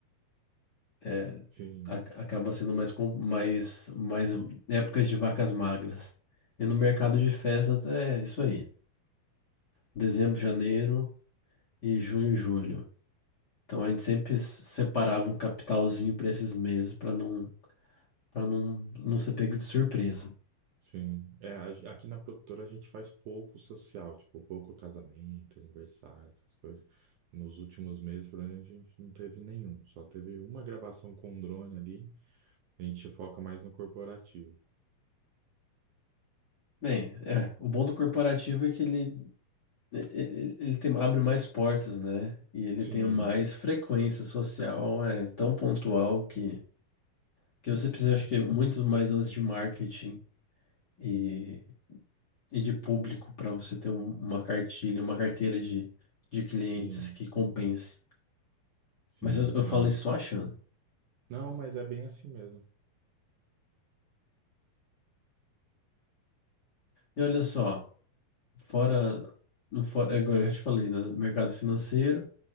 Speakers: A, on the left; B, on the right.
A: é,
B: sim,
A: a- acaba sendo mais, com- mais, mais épocas de vacas magras. E no mercado de festas é isso aí. Dezembro, janeiro e junho, julho. Então a gente sempre separava um capitalzinho para esses meses para não para não, não ser pego de surpresa.
B: sim. É, a- aqui na produtora a gente faz pouco social, tipo, pouco casamento, aniversário, essas coisas. Nos últimos meses, por exemplo, a gente não teve nenhum, só teve uma gravação com um drone ali. A gente foca mais no corporativo.
A: Bem, é, o bom do corporativo é que ele, ele, ele tem, abre mais portas, né? E ele
B: Sim,
A: tem mais frequência social, é tão pontual que, que você precisa, acho que, muito mais antes de marketing e, e de público para você ter um- uma cartilha, uma carteira de, de clientes
B: sim,
A: que compense.
B: sim,
A: Mas eu, eu falo
B: não é.
A: isso só achando.
B: Não, mas é bem assim mesmo.
A: E olha só. Fora, no fora, é igual eu já te falei, né? Mercado financeiro,